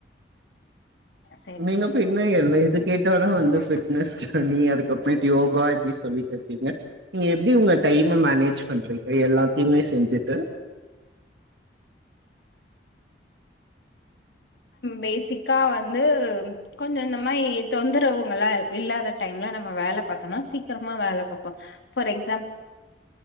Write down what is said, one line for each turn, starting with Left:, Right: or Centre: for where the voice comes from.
Left: சேரி
Right: நீங்க எப்ப என்ன எல்லா எது கேட்டாலு
Left: சேரிங்க
Right: வந்து ஃபிட்னஸ் ஜர்னி அதுக்கப்புறமேட்டு யோகா இப்பிடி சொல்லிட்டு இருக்கீங்க நீங்க எப்டி உங்க டைம மேனேஜ் பண்றீங்க எல்லாத்தையுமே செஞ்சுட்டு
Left: பேசிக்கா வந்து கொஞ்ச இந்த மாரி தொந்தரவுங்கலா இல்லாத டைம்ல நம்ம வேலை பாத்தோனா சீக்கிரமா வேல பாப்போ ஃபார் எக்ஸாம்பி